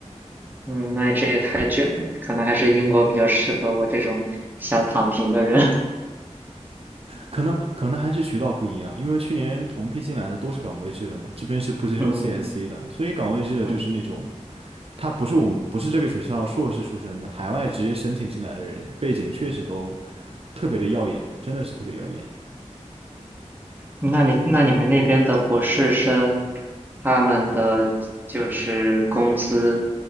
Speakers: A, on the right; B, on the right.
A: 嗯，那这也太卷了，可能还是英国比较适合我这种想躺平的人。
B: 可能可能还是渠道不一样，因为去年同批进来的都是岗位制的嘛，这边是不接受
A: <laughs> 嗯
B: CSC 的，所以岗位制的就是那种
A: 嗯。
B: 他不是我们不是这个学校硕士出身的，海外直接申请进来的人，背景确实都特别的耀眼，真的是特别耀眼。
A: 那你那你们那边的博士生，他们的就是工资